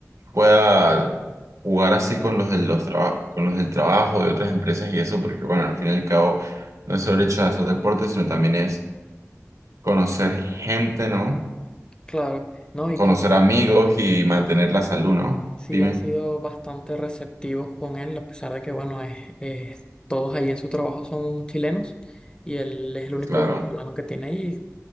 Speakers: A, on the right; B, on the left.
A: pueda jugar así con los del, los traba- con los del trabajo de otras empresas y eso, porque bueno, al fin y al cabo no es solo hecho de hacer deportes, sino también es conocer gente, ¿no?
B: claro, ¿no? Y
A: Conocer
B: que
A: amigos y mantener la salud, ¿no?
B: Sí,
A: Dime,
B: han sido bastante receptivos con él, a pesar de que, bueno, es, es- todos ahí en su trabajo son chilenos y él es el único
A: claro,
B: venezolano que tiene ahí.